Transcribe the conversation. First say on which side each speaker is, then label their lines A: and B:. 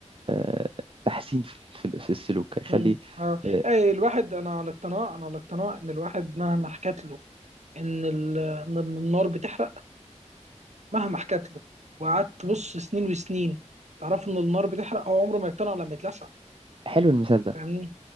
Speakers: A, on the right; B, on the right.
A: آه، تحسين في في- في السلوك هيخلي
B: مم. أه
A: آه،
B: أي الواحد أنا على اقتناع أنا على اقتناع إن الواحد مهما حكت له إن ال- إن النار بتحرق مهما حكت له وقعدت تبص سنين وسنين تعرف إن النار بتحرق هو عمره ما يقتنع لما يتلسع
A: حلو المثال ده
B: فاهمني